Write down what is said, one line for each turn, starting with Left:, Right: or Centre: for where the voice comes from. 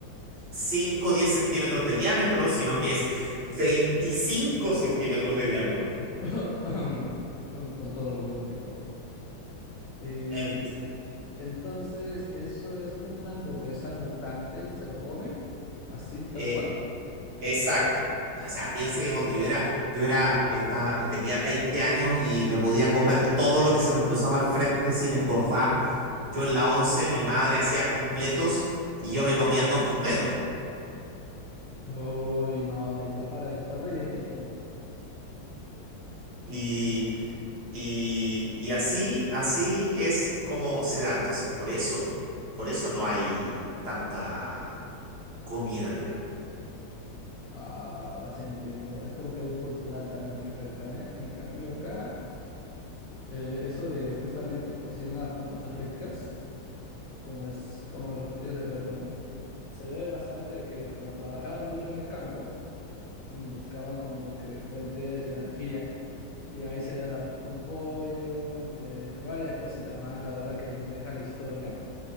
Right: 5 o 10 centímetros de diámetro, sino que es 25 centímetros de diámetro.
Left: <clears throat> Con todo orgullo, por favor. Y
Right: En-
Left: entonces, eso es como una hamburguesa mutante y se lo comen, así, tal
Right: eh,
Left: cual.
Right: Exacto. O sea, piensa que cuando yo era, yo era, estaba, tenía 20 años y me podía comer todo lo que se me cruzaba al frente sin engordar. Yo en la 11 mi madre hacía completos y yo me comía dos completos.
Left: Uy, no, y está para que está rellenito.
Right: Y, y, y así, así es como se da. Entonces, por eso, por eso no hay tanta comida, digamos.
Left: Ah, va, va, va, sí entiendo. Es como que algo cultural también que afecta, ¿eh? En cambio, acá, eh, eso de justamente cocinar, ¿no? Cosas ricas, como es como los platillos de Perú, ¿no? Se debe bastante a que como trabajaban duro en el campo, mm, buscaban como que fuentes de energía. Y ahí se da el arroz con pollo, eh, varias cositas más, la verdad que nos deja la historia.